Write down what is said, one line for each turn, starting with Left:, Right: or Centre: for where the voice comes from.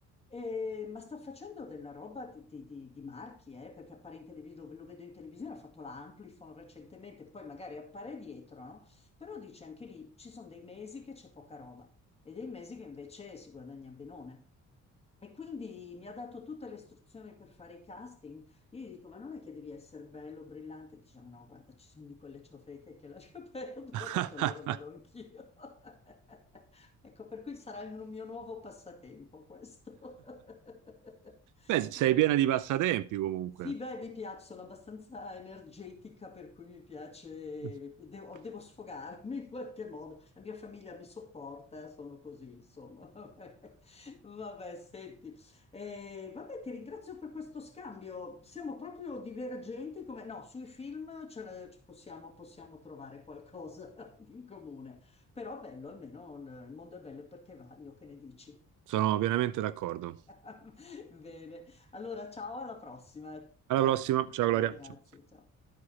Left: E- ma sta facendo della roba di, di- di- di marchi, eh, perché appare in televisione, lo vedo in televisione, ha fatto la Amplifon recentemente, poi magari appare dietro, no? Però dice anche lì, ci sono dei mesi che c'è poca roba e dei mesi che invece si guadagna benone. E quindi mi ha dato tutte le istruzioni per fare i casting, io gli dico, ma non è che devi essere bello, brillante? Diceva, no, guarda, ci sono di quelle ciofeche che lascia <laughs> perdere.
Right: <laughs>
Left: Ho detto, allora vado anch'io. <laughs> Ecco, per cui sarà il mio nuovo passatempo questo. <laughs>
Right: Beh,
Left: Vabbè.
Right: sei piena di passatempi comunque.
Left: Sì, beh, mi piace, sono abbastanza energetica, per cui mi piace,
Right: <laughs>
Left: devo, devo sfogarmi <laughs> in qualche modo. La mia famiglia mi sopporta, eh, sono così, insomma. <laughs> Vabbè, Vabbè, senti. Eh, vabbè, ti ringrazio per questo scambio. Siamo proprio divergenti, come... No, sui film ce la- ci possiamo, possiamo trovare qualcosa <laughs> in comune. Però bello, almeno il il mondo è bello perché è vario, che ne dici?
Right: Sono pienamente d'accordo.
Left: <laughs> Bene, allora ciao, alla prossima.
Right: Alla
Left: Ciao,
Right: prossima.
Left: ciao,
Right: Ciao
Left: ciao,
Right: Gloria.
Left: grazie,
Right: Ciao.
Left: ciao.